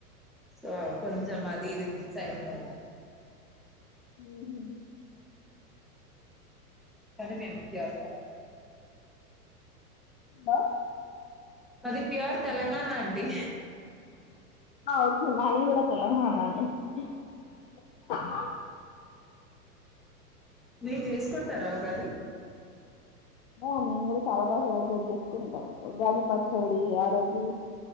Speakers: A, in the centre; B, on the left.
A: సో కొంచెమది ఇది సైతది
B: ఉంహు
A: అంటే మేం వ్యాస చాలా
B: హలో
A: మాది ప్యూర్ తెలంగాణ అండి
B: అ ఓక్ మాది కూడా తెలంగాణనే అండి ఆ
A: ని చేస్కుంటర ఉగాది
B: మామ ఇ కూడా చాలా బాగా సెలబ్రేట్ చేసుకుంటాం ఉగాది పచ్చడి ఆ రోజు